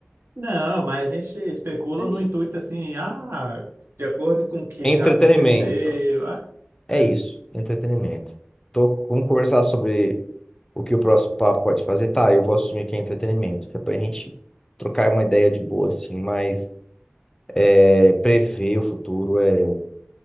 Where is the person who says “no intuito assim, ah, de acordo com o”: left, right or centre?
Right